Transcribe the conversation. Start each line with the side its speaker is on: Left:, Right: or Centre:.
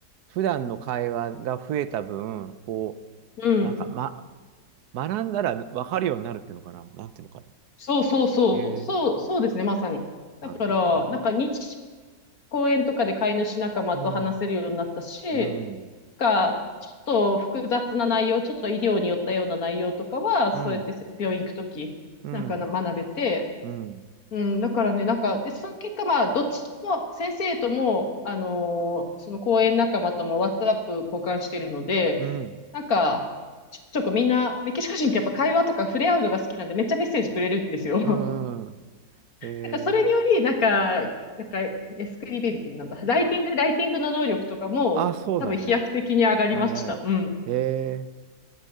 Right: 普段の会話が増えた分、こ
Left: う。うん。
Right: う、なんか、ま、学んだら分かるようになるっていうのかな。なんていうのかな。
Left: そうそうそう。
Right: ええ
Left: そう、そうですね、まさに。だから、
Right: なるほどね。
Left: なんか日、公園とかで飼い主仲間と話せるようになったし、
Right: うん、うん、
Left: が、ちょっと複雑な内容、ちょっと医療によったような内容とかは、そうやって病院行くとき、
Right: うん、うん、
Left: なんかな学べて、
Right: うん、
Left: うん、だからね、なんか、で、その結果、まあ、どっちも、先生とも、あのーその講演仲間とも、ワッツアップ交換してるので、
Right: うん、
Left: なんか、ちょちょこみんな、メキシコ人ってやっぱ会話とか触れ合うのが好きなんで、めっちゃメッセージくれるんですよ。<laughs>
Right: うん、うんええ
Left: なんか、それにより、なんか、なんか、エスクリビリティなんだ。ライティング、ライティングの能力とかも、
Right: あ、そうだね。
Left: 多分飛躍的に上がりました。
Right: あ偉い。
Left: うん。
Right: ええ